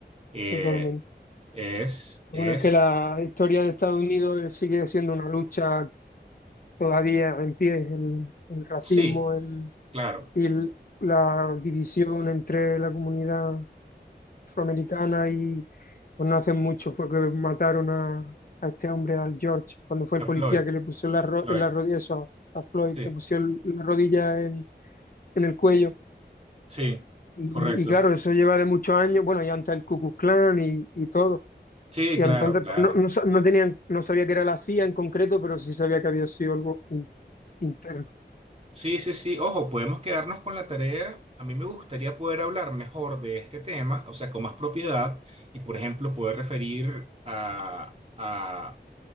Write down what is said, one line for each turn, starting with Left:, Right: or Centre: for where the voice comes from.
Right: Eh,
Left: totalmente.
Right: es,
Left: Bueno,
Right: es,
Left: es que la historia de Estados Unidos sigue siendo una lucha todavía en pie, el, el racismo
Right: sí,
Left: el,
Right: claro,
Left: y el- la división entre la comunidad afroamericana y pues no hace mucho fue que mataron a, a este hombre, al George, cuando fue
Right: a
Left: el policía
Right: Floyd,
Left: que le puso en la, ro-
Right: a Floyd,
Left: en la rodilla, eso, a Floyd,
Right: sí,
Left: le puso el- la rodilla en, en el cuello.
Right: sí,
Left: Y,
Right: correcto.
Left: y claro, eso lleva de muchos años, bueno, y antes el Ku Klux Klan y, y todo.
Right: Sí,
Left: Y
Right: claro,
Left: entonces
Right: claro.
Left: pues, no, no, sa- no tenían, no sabía que era la CIA en concreto, pero sí sabía que había sido algo in- interno.
Right: Sí, sí, sí. Ojo, podemos quedarnos con la tarea. A mí me gustaría poder hablar mejor de este tema, o sea, con más propiedad y, por ejemplo, poder referir a, a